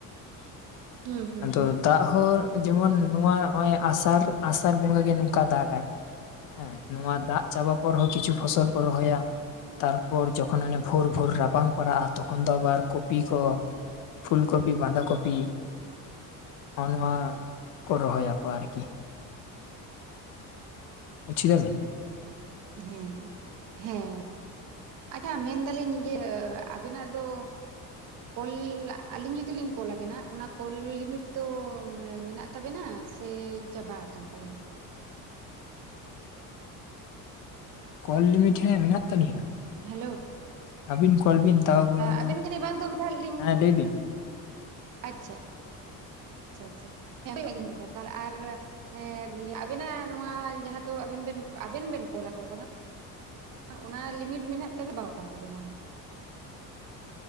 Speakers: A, on the right; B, on the left.
A: ᱦᱩᱸ ᱦᱩᱸ
B: ᱟᱫᱚ
A: ᱦᱩᱸ
B: ᱫᱟᱜ ᱦᱚᱸ ᱡᱮᱢᱚᱱ ᱱᱚᱣᱟ ᱱᱚᱜᱼᱚᱭ ᱟᱥᱟᱲ ᱟᱥᱟᱲ ᱵᱚᱸᱜᱟ ᱜᱮ ᱱᱚᱝᱠᱟ ᱫᱟᱜᱟᱭ ᱦᱮᱸ ᱱᱚᱣᱟ ᱫᱟᱜ ᱪᱟᱵᱟ ᱯᱚᱨ ᱦᱚᱸ ᱠᱤᱪᱷᱩ ᱯᱷᱚᱥᱚᱞ ᱠᱚ ᱨᱚᱦᱚᱭᱟ ᱛᱟᱨᱯᱚᱨ ᱡᱚᱠᱷᱚᱱ ᱚᱱᱮ ᱵᱷᱳᱨ ᱵᱷᱳᱨ ᱨᱟᱵᱟᱝ ᱯᱟᱲᱟᱜᱼᱟ ᱛᱚᱠᱷᱚᱱ ᱫᱚ ᱟᱵᱟᱨ ᱠᱚᱯᱤ ᱠᱚ ᱯᱷᱩᱞᱠᱚᱯᱤ ᱵᱟᱸᱫᱷᱟ ᱠᱚᱯᱤ ᱱᱚᱜᱼᱚ ᱱᱚᱣᱟ ᱠᱚ ᱨᱚᱦᱚᱭᱟ ᱯᱟᱨᱠᱤ ᱵᱩᱡᱷ ᱠᱤᱫᱟᱵᱤᱱ
A: ᱦᱮᱸ ᱦᱮᱸ ᱟᱪᱪᱷᱟ ᱢᱮᱱᱫᱟᱞᱤᱧ ᱤᱭᱟᱹ ᱟᱵᱮᱱᱟᱜ ᱫᱚ ᱠᱚᱞ ᱟᱹᱞᱤᱧ ᱡᱩᱫᱤ ᱞᱤᱧ ᱠᱚᱞ ᱟᱵᱮᱱᱟ ᱚᱱᱟ ᱠᱚᱞ ᱞᱤᱢᱤᱴ ᱫᱚ ᱢᱮᱱᱟᱜ ᱛᱟᱵᱮᱱᱟᱜ ᱥᱮ ᱪᱟᱵᱟ ᱟᱠᱟᱱ ᱛᱟᱵᱮᱱᱟ
B: ᱠᱚᱞ ᱞᱤᱢᱤᱴ ᱦᱮᱸ ᱢᱮᱱᱟᱜ ᱛᱟᱹᱞᱤᱧᱟ
A: ᱦᱮᱞᱳ
B: ᱟᱹᱵᱤᱱ ᱠᱚᱞ ᱵᱤᱱ ᱛᱟᱣ ᱵᱚᱞᱚᱱᱟ
A: ᱟᱵᱮᱱ ᱡᱟᱹᱱᱤᱡ ᱵᱟᱝ ᱫᱚ ᱢᱤᱫ ᱫᱷᱟᱣ ᱞᱤᱧ
B: ᱦᱮᱸ ᱞᱟᱹᱭ ᱵᱤᱱ
A: ᱟᱪᱪᱷᱟ ᱟᱪᱪᱷᱟ ᱟᱪᱪᱷᱟ ᱜᱤᱧ ᱞᱟᱜᱼᱜᱤᱞᱤᱧ ᱢᱤᱫ ᱫᱷᱟ ᱛᱟᱦᱚᱞᱮ ᱟᱨ ᱮ ᱟᱵᱮᱱᱟᱜ ᱱᱚᱣᱟ ᱡᱟᱦᱟᱸ ᱫᱚ ᱟᱵᱮᱱ ᱵᱤᱱ ᱟᱵᱮᱱ ᱵᱤᱱ ᱠᱚᱞ ᱟᱠᱚ ᱠᱟᱱᱟ ᱚᱱᱟ ᱞᱤᱢᱤᱴ ᱢᱮᱱᱟᱜ ᱛᱮ ᱪᱟᱵᱟ ᱠᱟᱱ ᱛᱟᱵᱮᱱᱟ ᱚᱱᱟ᱾